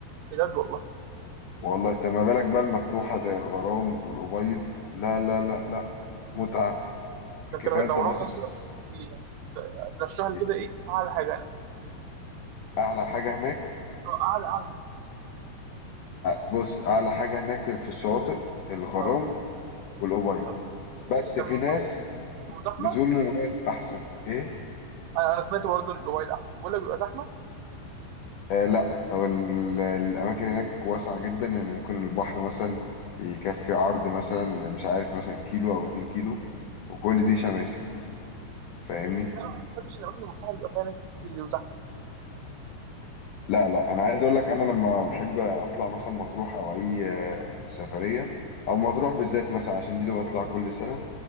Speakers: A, on the right; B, on the left.
A: بجد والله
B: والله انت ما بالك بقى المفتوحه زي الغرام والابيض لا لا لا لا متعه
A: ده أنت
B: كفايه
A: لو
B: انت باصص
A: رحت ممكن
B: في
A: ارشح لي ايه يعني رشح لي
B: الناحيتين.
A: كده ايه اعلى حاجة يعني
B: اعلى حاجه هناك
A: آه، اعلى اعلى حاجة
B: بص اعلى حاجه هناك في الشواطئ الغرام
A: اه
B: والأبيض
A: آه.
B: بس
A: طب
B: في
A: بيبقوا
B: ناس
A: زحمة
B: بتقول ان الأبيض احسن ايه
A: آه، انا سمعت برضه ان الاوبايد احسن بقول لك بيبقى زحمة
B: آه لا هو ال- الاماكن هناك واسعه جدا يعني ممكن البحر مثلا يكفي عرض مثلا مش عارف مثلا كيلو او اتنين كيلو وكل دي شماسي فاهمني
A: لا، ما بحبش الاماكن المفتوحة اللي بيبقى فيها ناس كتير دي وزحمة
B: لا لا انا عايز اقول لك انا لما بحب اطلع مثلا مطروح او اي آه، سفريه او مطروح بالذات مثلا عشان دي اللي بطلع كل سنه